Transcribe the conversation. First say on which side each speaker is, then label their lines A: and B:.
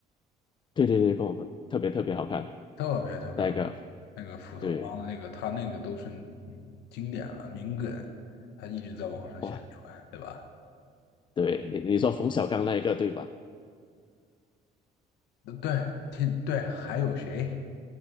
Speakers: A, on the left (about 30°); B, on the left (about 85°).
A: 对对对，跟我分特别特别好看
B: 特别特别好。
A: 那一个，
B: 那个斧头帮那个他那个都是嗯经典了，
A: 对，
B: 名梗，他一直在网上宣传，
A: 哇，
B: 对吧？
A: 对你你说冯小刚那一个对吧？
B: 对对天，对，还有谁？